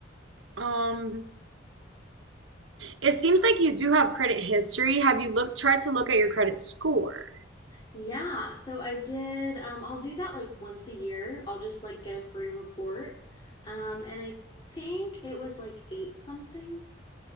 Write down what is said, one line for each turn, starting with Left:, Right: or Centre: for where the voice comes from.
Right: um it seems like you do have credit history. Have you looked tried to look at your credit score?
Left: Yeah, so I did. Um, I'll do that like once a year. I'll just like get a free report, um, and I think it was like eight something